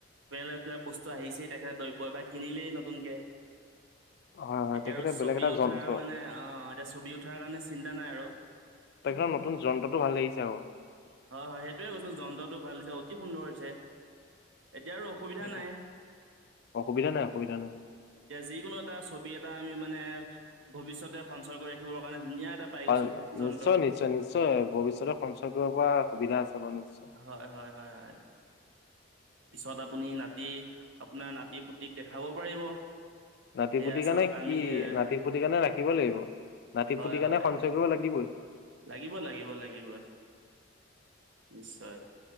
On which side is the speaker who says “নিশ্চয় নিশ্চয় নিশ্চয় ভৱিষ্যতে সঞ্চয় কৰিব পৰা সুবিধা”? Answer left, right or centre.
Left